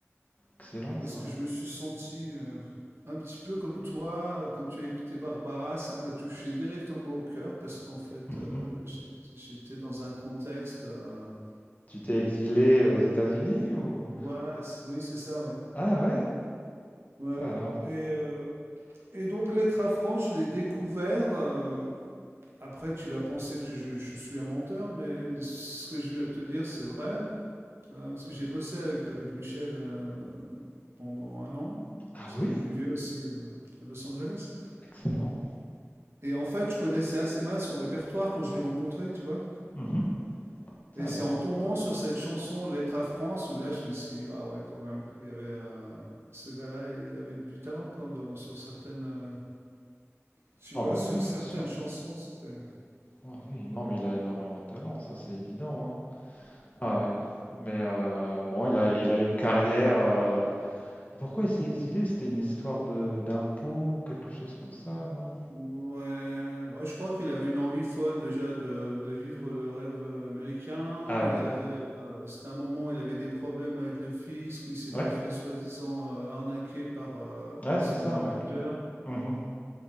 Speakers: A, on the left; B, on the right.
A: Excellent
B: Et parce
A: ça.
B: que je me suis senti euh, un petit peu comme toi, quand tu as écouté Barbara, ça m'a touché directement au cœur parce qu'en fait,
A: Mhm.
B: euh, j'ai- j'étais dans un contexte. euh,
A: Tu t'es exilé aux États-Unis ou...
B: voilà, c- oui, c'est ça, oui.
A: Ah ouais,
B: Ouais.
A: ça alors.
B: Et, euh, et donc, Lettre à France, je l'ai découvert. euh, après, tu vas penser que je, je suis un menteur, mais ce que je viens de te dire, c'est vrai. Euh, parce que j'ai bossé avec, avec Michel euh, pendant un an,
A: Ah
B: parce
A: oui,
B: qu'il vivait aussi euh, à Los Angeles.
A: excellent.
B: Et en fait, je connaissais assez mal son répertoire quand je l'ai rencontré, tu vois.
A: Mhm.
B: Et
A: Ça alors.
B: c'est en tombant sur cette chanson Lettre à France où là, je me suis dit, ah ouais, quand même, il y avait euh, ce gars-là, il avait du talent quand, dans- sur certaines, euh, tu
A: Ah
B: vois,
A: bah
B: sur
A: oui, bien
B: certaines
A: sûr.
B: chansons, c'était.
A: Ah oui, non mais il a énormément de talent, ça c'est évident. hein. Ah ouais. Mais euh, bon, il a, il a une carrière. euh, et Pourquoi il s'est exilé? C'était une histoire de d'impôts ou quelque chose comme ça, non?
B: Ouais, ouais, je crois qu'il avait une envie folle déjà de, de vivre le rêve euh, américain.
A: Ah
B: Il
A: ouais.
B: avait, euh, c'était un moment où il avait des problèmes avec le fisc, où il s'était
A: Ouais,
B: fait soi-disant euh, arnaquer par, euh,
A: ouais,
B: par
A: c'est
B: son
A: ça,
B: manager.
A: ouais. Mhm.